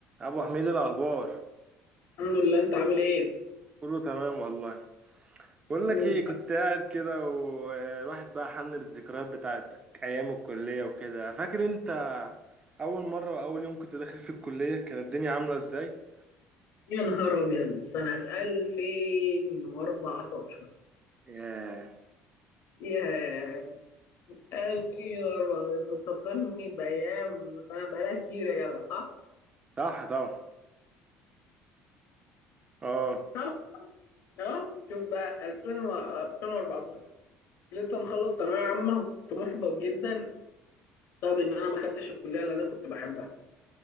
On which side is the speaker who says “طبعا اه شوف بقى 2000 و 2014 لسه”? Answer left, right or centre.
Left